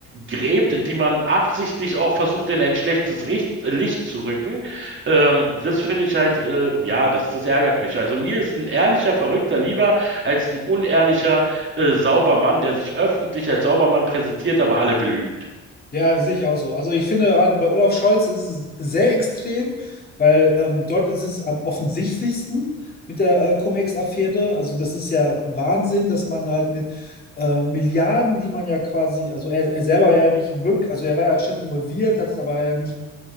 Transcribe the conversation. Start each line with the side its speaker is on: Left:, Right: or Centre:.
Right: gräbt, die man absichtlich auch versucht, in ein schlechtes Richt Licht zu rücken. Ähm, das finde ich halt, äh, ja, das, das ärgert mich. Also mir ist ein ehrlicher Verrückter lieber als ein unehrlicher äh, Saubermann, der sich öffentlich als Saubermann präsentiert, aber alle belügt.
Left: Ja, sehe ich auch so. Also ich finde, äh, bei Olaf Scholz ist es sehr extrem, weil ähm, dort ist es am offensichtlichsten mit der äh, Cum-Ex-Affäre. Also das ist ja Wahnsinn, dass man halt mit äh, Milliarden, die man ja quasi, also er, er selber ja nicht wirklich, also er war ja schon involviert, hat es aber ja nicht,